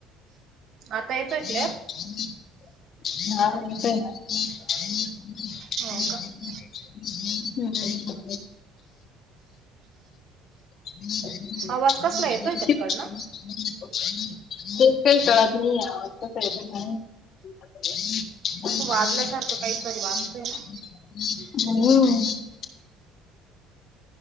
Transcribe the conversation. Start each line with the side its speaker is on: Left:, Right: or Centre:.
Right: आता
Left: दाहा
Right: येतोय क्लिअर
Left: रुपयला ह हम्
Right: हो का
Left: ह तेच
Right: आवाज
Left: काही
Right: कसला येतोय का तिकडनं
Left: कळत नाही आहे आज तर पैसे
Right: असं वाजल्यासारखं काहीतरी
Left: नायत
Right: वाजतय ना
Left: ह ह